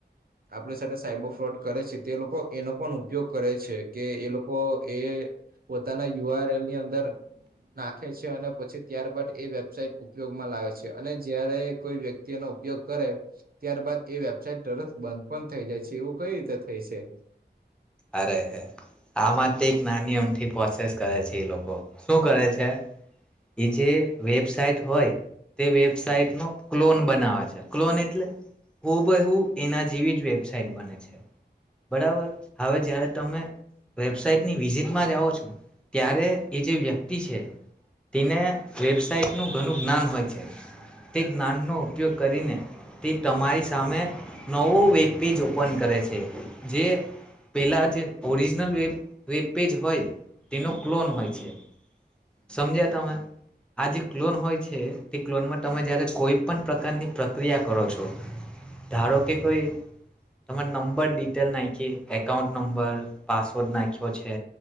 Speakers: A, on the right; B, in the centre.
A: આપડી સાથે સાયબર ફ્રોડ કરે છે તે લોકો એનો પણ ઉપયોગ કરે છે કે એ લોકો એ પોતાના યુઆર એલ ની અંદર નાખે છે અને પછી ત્યારબાદ એ વેબસાઇટ ઉપયોગમાં લાવે છે અને જયારે કોઈ વ્યક્તિ એનો ઉપયોગ કરે ત્યારબાદ એ વેબસાઇટ તરત બંધ પણ થઈ જાય છે એવું કઈ રીતે થઈ છે.
B: અરે રે આમાં તો એક નાની અમથી પ્રોસેસ કરે છે એ લોકો શું કરે છે? એ જે વેબ સાઇટ હોય તે વેબસાઇટ નો ક્લોન બનાવે છે ક્લોન એટલે હું બ હું એના જેવી જ વેબસાઇટ બને છે બરાબર હવે જયારે તમે વેબસાાઈટની વિઝિટમાં જાઓ <inaudible> ત્યારે એ જે વ્યક્તિ પી છે. તને વેબસઇટ ન ઘણું જ્ઞાન હોય છે તે જ્ઞાનનો ઉપયોગ કરીને તે તમારી સામે નવો વેબ પેજ ઓપન કરે છે જે પહેલાં જે ઓરિજનલ વેબ વેબ પેજ હોય તેનો ક્લોન હોય છે. સમજ્યા તમે આ જે ક્લોન હોય છે તે ક્લોનમાં તમે જયારે કોઈ પણ પ્રકારની પ્રક્રિયા કરો છો ધારો કે કોઈ તમે નંબર ડિટેલ નાખી એકાઉન્ટ નંબર પાસવર્ડ નાખ્યો છે